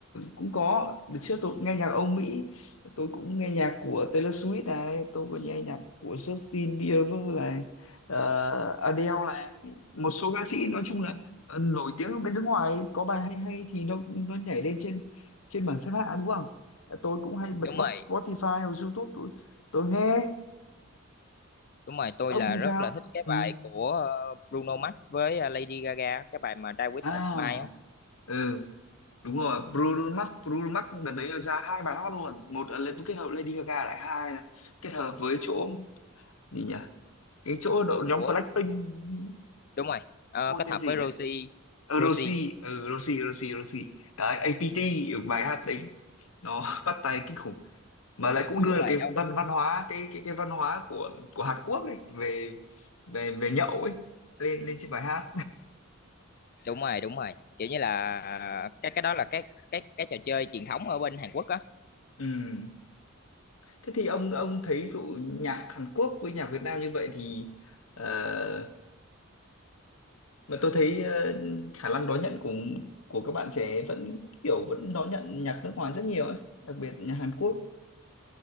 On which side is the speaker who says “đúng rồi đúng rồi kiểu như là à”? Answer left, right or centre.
Left